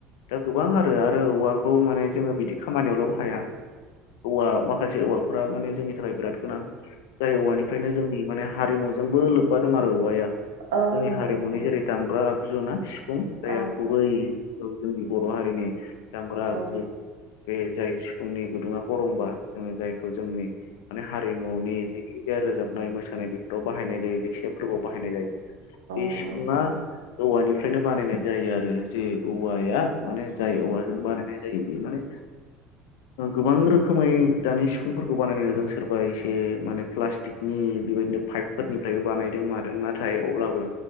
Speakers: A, on the left; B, on the right.
A: दा गोबां आरो आ आरो औवाखौ माने जोङो बिदि खामानियावल' हाया औवा माखासे औवा फोरा माने जोंनि थाखाय बिराद गोनां जाय औवानिफ्रायनो जोंनि माने हारिमुजोंबो लोब्बा दं आरो औवाया
B: औ-औ-औ
A: जोंनि
B: नंगौ
A: हारिमुनि
B: नोंथां
A: जेरै दामग्रा आगजु ना सिफुं जाय
B: औ
A: गुबै जोंनि बर' हारिनि दामग्रा
B: औ-औ-औ-औ-औ-औ-औ
A: बे जाय सिफुंनि गुदुङा गरंबा जोङो जायखौ जोंनि माने हारिमुनि जेखि जाया रोजाबनाय मोसानाय बेफोराव बाहायनाय जायो। जायखिजाया फोरबोआव बाहायनाय जायो बे
B: नंगौ
A: सिफुङा
B: नोंथां
A: औवानि फ्रायनो बानायनाय जायो आरो जे औवाया माने जाय औवाजों बानायनाय जायो बियो माने गोबां रोखोमै दानि सिफुंफोरखौ बानायनाय नुदों सोरबा एसे माने प्लास्टिकनि बेबायदिनो पाइपफोरनिफ्रायबो बानायदों मादों नाथाय अब्लाबो